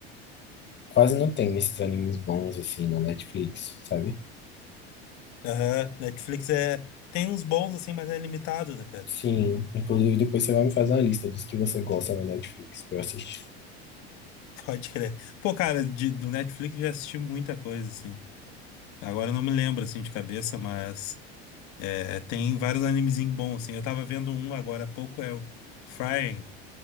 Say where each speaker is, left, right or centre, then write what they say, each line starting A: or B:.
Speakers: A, on the left; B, on the left.
A: quase não tem esses animes bons assim na Netflix, sabe?
B: Aham. Netflix é. Tem uns bons, assim, mas é limitado, né, cara?
A: Sim, inclusive depois você vai me fazer uma lista dos que você gosta na Netflix pra eu assistir.
B: Pode crer. Pô, cara, de, do Netflix eu já assisti muita coisa, assim. Agora eu não me lembro, assim, de cabeça, mas é, tem vários animezinhos bons, assim. Eu tava vendo um agora há pouco, é o Frying.